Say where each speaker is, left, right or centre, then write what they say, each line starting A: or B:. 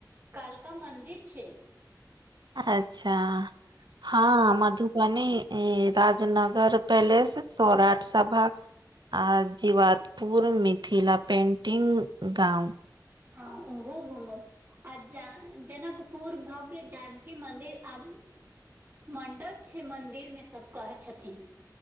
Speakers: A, on the right; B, on the right.
A: कालका मन्दिर छै।
B: अच्छा हँ, मधुबनी राजनगर पैलेस सौराठ सभाग आ जीवादपुर, मिथिला पेंटिंग, गाँंव।
A: हँ, उम्हरो घूमबऽ। आ जान्-जनकपुर, भव्य जानकी मन्दिर आ मण्डप छै मन्दिर मे, सब कहै छथिन।